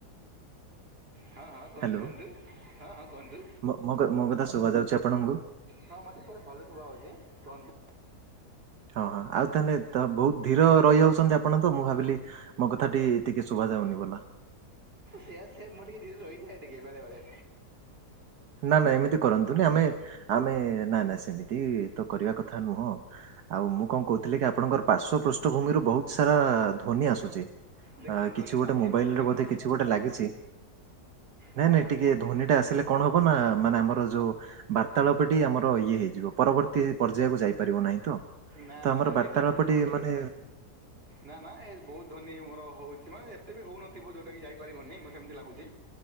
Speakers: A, on the right; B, on the right.
A: ହଁ ହଁ କୁହନ୍ତୁ
B: ହ୍ୟାଲୋ।
A: କୁହନ୍ତୁ ହଁ ହଁ କୁହନ୍ତୁ।
B: ମୋ ମୋ କ ମୋ କଥା ଶୁଭା ଯାଉଛି ଆପଣଙ୍କୁ?
A: ହଁ ମତେ ପୁରା ଭଲରେ ଶୁଭା ହଉଛି କୁହନ୍ତୁ।
B: ହଁ ହଁ ଆଉ ତାହେଲେ ତ ବହୁତ ଧିର ରହିଯାଉଛନ୍ତି ଆପଣ ତ ମୁଁ ଭାବିଲି ମୋ କଥା ଟି ଟିକେ ଶୁଭା ଯାଉନି ଭଲ।
A: ସେଇଆ ସେ ମୁଁ ଟିକେ ଧିରେ ଧିରେ ରଇଯାଏ ଟିକେ ବେଳେ ବଳେ।
B: ନା ନା ଏମିତି କରନ୍ତୁନି ଆମେ ଆମେ ନା ନା ସେମିତି ତ କରିବା କଥା ନୁହଁ। ଆଉ ମୁଁ କଣ କହୁଥିଲି କି ଆପଣଙ୍କର ପାର୍ଶ୍ଵ ପୃଷ୍ଠଭୂମିରୁ ବହୁତ ସାରା ଧ୍ୱନି ଆସୁଛି।
A: ଦେଖନ୍ତୁ
B: ଆ
A: ଧ୍ୱନି
B: କିଛି
A: ତ
B: ଗୋଟେ
A: ଆସିବ
B: ମୋବାଇଲରେ
A: କିନ୍ତୁ
B: ବୋଧେ କିଛି ଗୋଟେ ଲାଗିଛି। ନାଇଁ
A: ନା
B: ନାଇଁ
A: ନା
B: ଟିକେ
A: ମୁଁ ଏ-
B: ଧୋନି ଟା ଆସିଲେ କଣ ହବ ନା ମାନେ ଆମର ଯୋଉ ବାର୍ତ୍ତାଳାପଟି ଆମର ଇଏ ହେଇଯିବ ପରବର୍ତ୍ତୀ ପର୍ଯ୍ୟାୟକୁ ଯାଇପାରିବ ନାହିଁ ତ।
A: ନା
B: ତ
A: ନା
B: ଆମର ବାର୍ତ୍ତାଳାପଟି
A: ଏସବୁ ଏ
B: ମାନେ
A: ନା ନା ଏ ବୋହୁତ ଧୋନି ମୋର ହଉଛି ମାନେ ଏତେ ବି ହଉନଥିବ ଯୋଉଟା କିି ଯାଇପାରିବନି ମତେ ସେମିତି ଲାଗୁଛି।